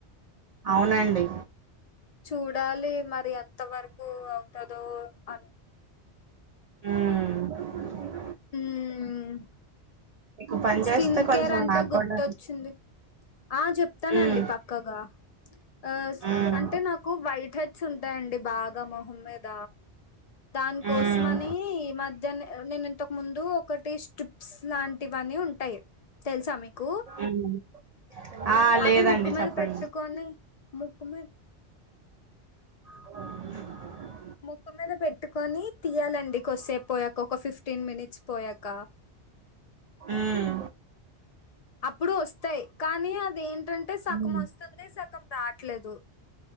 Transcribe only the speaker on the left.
చూడాలి మరి ఎంత వరకు అవుతదో అని
హ్మ్మ్
స్కిన్
కేర్ అంటే
గుర్తొచ్చింది
ఆ చెప్తానండి
పక్కగా ఆస్
అంటే నాకు వైట్ హెడ్స్ ఉంటాయండి బాగా మొహం మీద దాని కోసమని
ఈ మధ్యనే నేను ఇంతకు ముందు ఒకటి స్ట్రిప్స్ లాంటివాని ఉంటాయి తెల్సా మీ కు
అవి ముక్కు మీద
పెట్టుకొని ముక్కు మీ
ముక్కు మీద పెట్టుకొని తీయాలండి కొద్దిసేపు పోయాక ఒక ఫిఫ్టీన్ మినిట్స్ పోయాక
అప్పుడు వస్తాయ్ కానీ అదేంటంటే సగం
వస్తుంది సగం రాట్లేదు